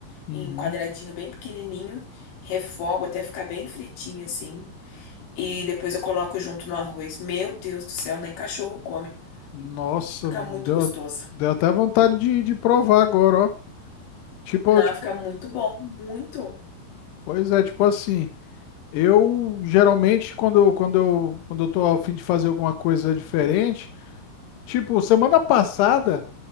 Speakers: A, on the left; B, on the left.
A: Uhum.
B: em quadradinho bem pequenininho, refogo até ficar bem fritinho assim. E depois eu coloco junto no arroz. Meu Deus do céu, nem cachorro come.
A: Nossa,
B: Fica
A: deu,
B: muito gostoso.
A: deu até vontade de, de provar agora, ó. Tipo,
B: Não,
A: tipo,
B: fica muito bom, muito.
A: pois é, tipo assim, eu geralmente quando, quando eu, quando eu tô a fim de fazer alguma coisa diferente, tipo, semana passada